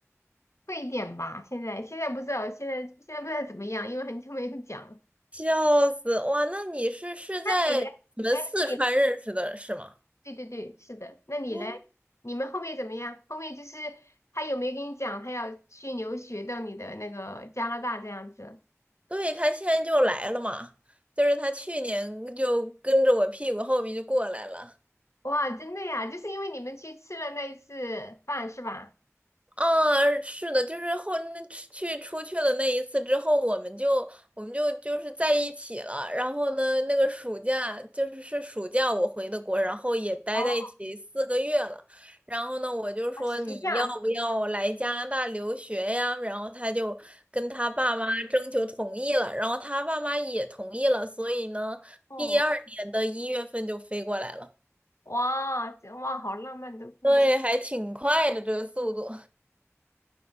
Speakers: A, on the left; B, on the right.
A: 会一点吧。现在现在不知道，现在现在不知道怎么样，因为很久没有讲了。
B: 笑死！哇，那你是是在你们四川认识的是吗？
A: 那你嘞？哎，那你嘞对对对，是的。那你嘞？
B: 哦，
A: 你们后面怎么样？后面就是他有没有跟你讲他要去留学到你的那个加拿大这样子？
B: 对，他现在就来了嘛，就是他去年就跟着我屁股后面就过来了。
A: 哇，真的呀，就是因为你们去吃了那一次饭是吧？
B: 啊，是的，就是后那去出去了那一次之后，我们就我们就就是在一起了。然后呢，那个暑假就是是暑假我回的国，然后也待在一起四个月了。
A: 哦，
B: 然后呢，我就说你要不要来加拿大留学呀？
A: 暑假
B: 然后他就跟他爸妈征求同意了，然后他爸妈也同意了，所以呢，
A: 哦，
B: 第二年的一月份就飞过来了。
A: 哇，这哇，好浪漫的故事。
B: 对，还挺快的这个速度。